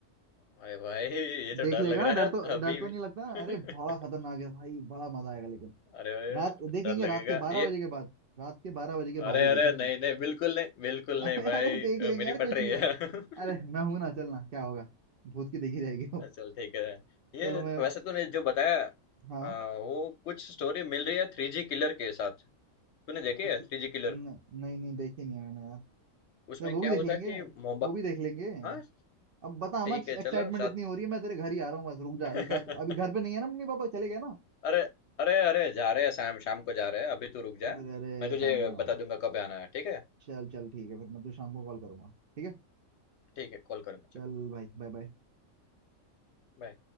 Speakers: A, on the left (about 65°); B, on the right (about 60°).
A: अरे भाई ये तो
B: देख
A: डर
B: लेगा
A: लग
B: ना
A: रहा
B: डर
A: है
B: तो
A: अभी
B: डर तो
A: भी।
B: नहीं लगता ना?
A: <laughs>
B: अरे बड़ा खतरनाक है भाई बड़ा मजा आएगा लेकिन
A: अरे भाई
B: रात देखेंगे
A: डर लगेगा
B: रात के बारह
A: ये।
B: बजे के बाद रात के बारह बजे के
A: अरे
B: बाद ही देखेंगे
A: अरे नहीं नहीं बिल्कुल नहीं बिल्कुल
B: अरे
A: नहीं भाई
B: अरे देख
A: अ,
B: लेंगे
A: मेरी
B: यार कुछ
A: फट रही
B: नहीं हुआ
A: है। <laughs>
B: अरे मैं हूं ना चलना क्या होगा भूत की देखी जाएगी वो
A: अ, चल ठीक है। ये
B: चलो मैं
A: वैसे तूने जो बताया
B: हाँ
A: अ, वो कुछ स्टोरी मिल रही है थ्री जी किलर के साथ। तूने देखी है
B: ऐसी
A: थ्री जी किलर?
B: न, नहीं नहीं देखी नहीं मैंने यार
A: उसमें
B: चल वो
A: क्या
B: भी देख
A: होता
B: लेंगे
A: है कि मोबा
B: वो भी देख लेंगे
A: हाँ
B: अब बता
A: ठीक
B: मत
A: है
B: एक्साइटमेंट
A: चलो साथ
B: इतनी हो रही है मैं तेरे घर ही आ रहा हूँ बस रुक जा
A: <laughs>
B: एक आध अभी घर पे नहीं है ना मम्मी पापा चले गए ना
A: अरे अरे अरे जा रहे हैं शाम शाम को जा रहे हैं अभी तू रुक
B: तो
A: जा
B: फिर अरे
A: मैं तुझे
B: शाम को ही आऊँ
A: बता दूंगा कब आना है ठीक है
B: चल चल ठीक है फिर मैं तुझे शाम को कॉल करूंगा ठीक है
A: ठीक है कॉल करूंगा चल
B: चल भाई बाय बाय
A: बाय